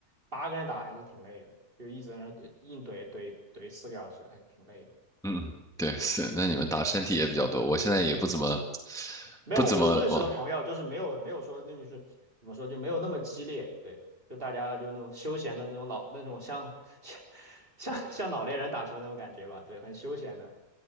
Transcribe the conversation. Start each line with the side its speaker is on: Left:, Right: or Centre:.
Right: 八个人打还是挺累的，就一直在那怼硬怼怼怼四个小时，还是挺累的。
Centre: 嗯，对，是，那你们打身体也比较多。
Right: 对，
Centre: 我现在也不怎么，
Right: 没有我们都认识的朋友，
Centre: 不怎么往，
Right: 就是没有没有说那就是怎么说就没有那么激烈，对，就大家就那种休闲的那种老那种像 <laughs> 像像老年人打球那种感觉吧，对，很休闲的。